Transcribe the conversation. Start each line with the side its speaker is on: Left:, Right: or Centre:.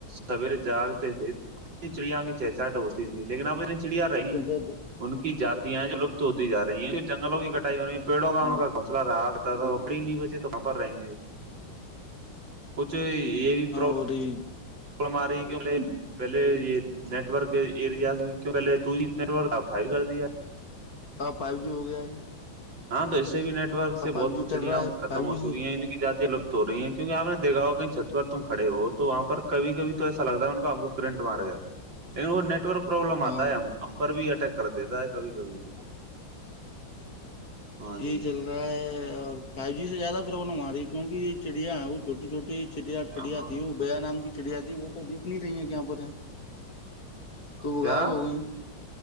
Right: سویرے جاگتے تھے چڑیاں کی چہچاہٹ ہوتی تھی لیکن اب چڑیاں رہی
Left: نیٹ
Right: ان کی جاتتیاں ہیں جو لپت ہوتی ج رہی ہیں جو جنگلوں کی کٹائی ہو پیڑوں کا
Left: ہاں
Right: ان کا گھونسلہ رہا تھا تو پڑی نہیں بچے تو وہاں پر رہیں گے کچھ یہ پرابلم
Left: اوری
Right: پل ماری کہے پہلے یہ نیٹ ورک ارییا پہلے و جی نٹکا بھی کر دی ہے
Left: آ فائیو جی ہو گیا ہے
Right: ہاں تو اس سے بھی نیٹ ورک سے
Left: اب فائیو
Right: بہت
Left: جی
Right: پچڑیاں
Left: چل رہا ہے
Right: ختم
Left: فائیو جی
Right: ہو
Left: سے
Right: چکی ہیں کی جاتیوگ تو رہی ہیں کیکہ آپ نے دھا ہو کہیں چھت پرار تم کڑے ہو تو وہاں پر کبھی کبھی تو ایسا لگتا ہے ان کا ہم کو کرنٹ مار گیا لیکن وہ نیٹ ورک پروابلم
Left: ہاں
Right: آتا ہے ہم ہم پر بھی اٹیک کر دیتا ہے کبھی کبھی تو ہاں جی
Left: یہی چل رہا ہے اور فائیو جی سے زیادہ پروبلم آ رہی ہے کیونکہ یہ چڑیاں ہیں وہ چوٹی چھوٹی چ چڑیا
Right: ہاں
Left: تھی وہ بیا نام کی چڑیا تھی وہ تو تنی رہ یہاں پر ہے تو وہ
Right: کیا
Left: غائب ہو گئے